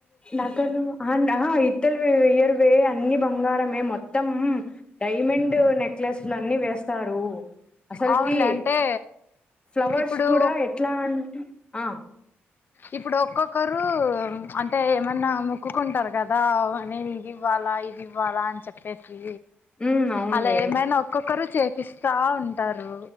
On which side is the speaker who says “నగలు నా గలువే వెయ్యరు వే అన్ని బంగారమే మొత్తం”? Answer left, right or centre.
Left